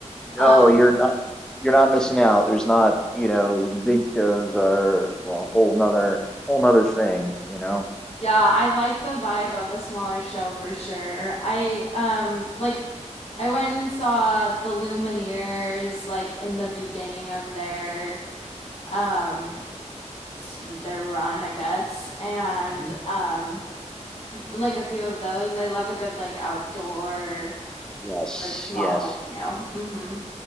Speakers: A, in the centre; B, on the left.
A: No,
B: um,
A: you're not. You're not missing out. There's not, you know, the big shows are a whole nother whole nother thing, you know.
B: yeah, I like the vibe of a smaller show for sure. I um like I went and saw the Lumineers like in the beginning of their um s- their run, I guess, and
A: Mhm.
B: um like a few of those. I love a good like outdoor
A: Yes,
B: like small
A: yes.
B: venue. Mm-hmm.